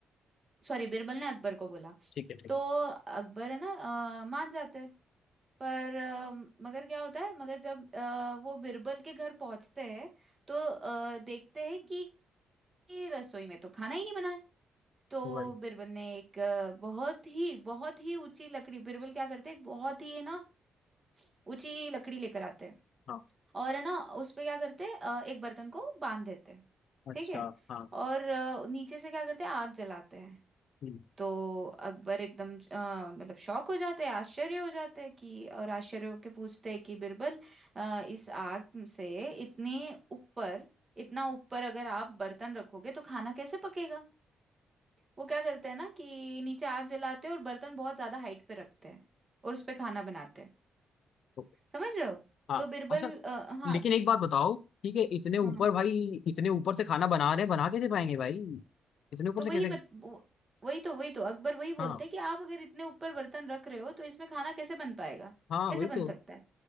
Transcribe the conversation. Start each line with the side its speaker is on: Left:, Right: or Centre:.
Right: सॉरी बिरबल ने अकबर को बोला
Left: ठीक है ठीक
Right: तो अकबर है ना अ, मान जाते हैं पर अ, मगर क्या होता है मगर जब अ, वो बिरबल के घर पहुंचते हैं तो अ, देखते हैं कि कि रसोई में तो खाना ही नहीं बना है तो
Left: है भाई
Right: बिरबल ने एक अ, बहुत ही बहुत ही ऊंची लकड़ी बिरबल क्या करते हैं एक बहुत ही है ना ऊंची लकड़ी लेकर आते हैं
Left: हाँ
Right: और है ना उस पे क्या करते हैं अ, एक बर्तन को बांध देते हैं
Left: अच्छा
Right: ठीक है
Left: हाँ
Right: और अ, नीचे से क्या करते हैं आग जलाते हैं
Left: हम्म,
Right: तो अकबर एकदम अ, मतलब शौक हो जाते हैं आश्चर्य हो जाते हैं कि और आश्चर्य होके पूछते हैं कि बिरबल अ, इस आग से इतने ऊपर इतना ऊपर अगर आप बर्तन रखोगे तो खाना कैसे पकेगा वो क्या करते हैं ना कि नीचे आग जलाते हैं और बर्तन बहुत ज्यादा हाइट पे रखते हैं और उस पे खाना बनाते हैं
Left: तो,
Right: समझ रहे हो
Left: हाँ
Right: तो बिरबल
Left: अच्छा
Right: अ, हाँ
Left: लेकिन एक बात बताओ ठीक है इतने ऊपर
Right: हाँ हाँ,
Left: भाई इतने ऊपर से खाना बना रहे हैं बना कैसे पाएंगे भाई इतने ऊपर
Right: तो
Left: से
Right: वही
Left: कैसे
Right: बत, वो- वही तो वही तो अकबर वही बोलते
Left: हाँ
Right: हैं कि आप अगर इतने ऊपर बर्तन रख रहे हो तो इसमें खाना कैसे बन पाएगा
Left: हाँ
Right: कैसे
Left: वही
Right: बन
Left: तो
Right: सकता है